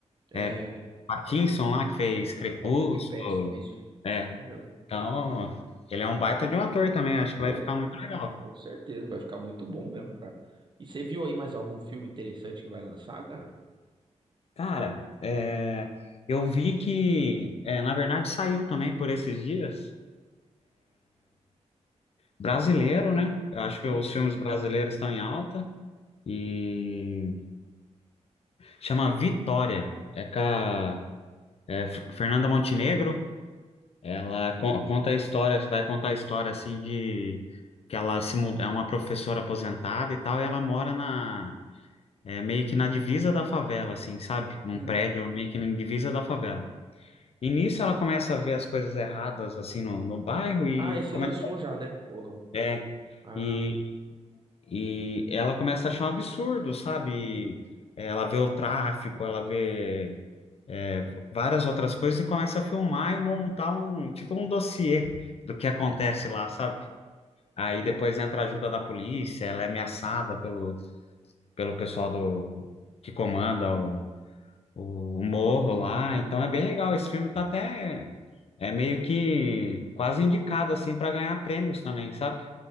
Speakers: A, on the right (about 40°); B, on the left (about 55°).
A: É,
B: é, Pattinson
A: Robert,
B: lá que fez Crepúsculo.
A: é Robert Pattinson, é isso
B: É,
A: mesmo.
B: então ele é um baita de um ator também. Acho
A: Porra,
B: que vai ficar muito legal.
A: com certeza, vai ficar muito bom mesmo, cara. E você viu aí mais algum filme interessante que vai lançar, cara?
B: Cara, é, eu vi que, é, na verdade, saiu também por esses dias. Brasileiro, né? Eu acho que
A: Hum.
B: os filmes brasileiros estão em alta e chama Vitória. É com a É, F- Fernanda Montenegro, ela con- conta a história, vai contar a história assim de que ela se muda, é uma professora aposentada e tal, e ela mora na é, meio que na divisa da favela, assim, sabe? Num
A: Hum.
B: prédio meio que na divisa da favela. E nisso ela começa a ver as coisas erradas assim no, no bairro e
A: Ah, esse
B: começa
A: lançou já, né? Ou não?
B: é,
A: Ah,
B: e, e ela começa a achar um absurdo, sabe?
A: uhum,
B: E, é, Ela vê o tráfico, ela vê é, várias outras coisas e começa a filmar e montar um tipo um dossiê do que acontece lá, sabe? Aí
A: uhum,
B: depois entra a ajuda da polícia, ela é ameaçada pelo, pelo pessoal do que comanda o, o morro lá, então
A: uhum.
B: é bem legal. Esse filme tá até é meio que quase indicado assim para ganhar prêmios também, sabe?